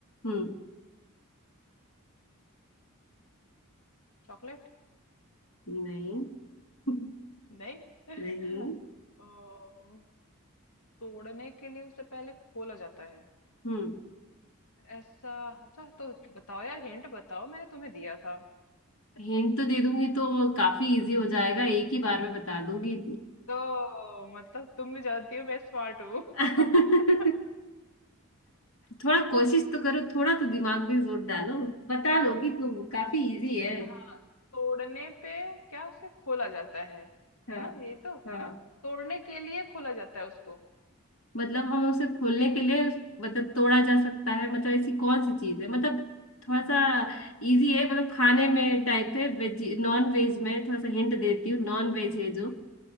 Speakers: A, on the left; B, on the left.
A: हम्म
B: चॉकलेट
A: नहीं <laughs>
B: नहीं <laughs>
A: नहीं
B: ओ, तोड़ने के लिए उसे पहले खोला जाता है
A: हम्म
B: ऐसा अच्छा तो बताओ यार हिंट बताओ मैंने तुम्हें दिया था
A: हिंट तो दे दूंगी तो काफी इजी हो जाएगा एक ही बार में बता दूंगी
B: ओ मतलब तुम भी जानती हो मैं स्मार्ट हूँ
A: <laughs>
B: <laughs>
A: थोड़ा कोशिश तो करो थोड़ा तो दिमाग पे जोर डालो बता लोगी तुम काफी इजी है
B: हाँ तोड़ने पे क्या उसे खोला जाता है
A: हाँ
B: है ना ये तो
A: हाँ
B: तोड़ने के लिए खोला जाता है उसको
A: मतलब हम उसे खोलने
B: जी
A: के लिए उस- मतलब तोड़ा जा सकता है मतलब ऐसी कौन सी चीज है मतलब थोड़ा सा इजी है मतलब खाने में टाइप है वेज नॉन वेज में थोड़ा सा हिंट देती हूँ नॉन वेज है जो